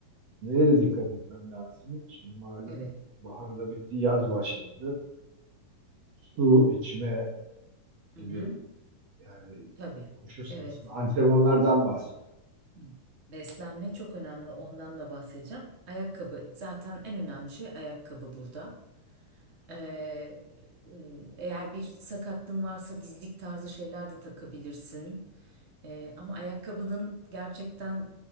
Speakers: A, on the right; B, on the right.
A: Nelere dikkat etmem lazım? Şimdi malum
B: Evet.
A: bahar da bitti, yaz başladı. Su içme
B: Hı
A: gibi
B: hı.
A: yani
B: Tabii.
A: koşu sırasında
B: Evet.
A: antrenmanlardan bahsediyorum.
B: Hı. Beslenme çok önemli. Ondan da bahsedeceğim. Ayakkabı zaten en önemli şey ayakkabı burada. Ee, e, eğer bir sakatlığın varsa dizlik tarzı şeyler de takabilirsin. Ee, ama ayakkabının gerçekten